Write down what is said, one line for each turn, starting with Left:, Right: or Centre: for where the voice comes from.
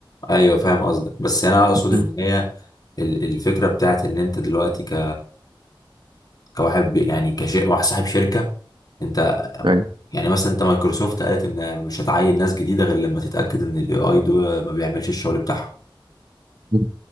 Left: ايوه فاهم قصدك بس انا اقصد
Right: مم.
Left: ان هي ال- الفكره بتاعت ان انت دلوقتي ك كواحد بي- يعني كشيء واحد صاحب شركة انت
Right: يعني
Left: يعني مثلا انت مايكروسوفت قالت ان مش هتعين ناس جديدة غير لما تتأكد ان الاي اي ده ما بيعملش الشغل بتاعهم
Right: مم.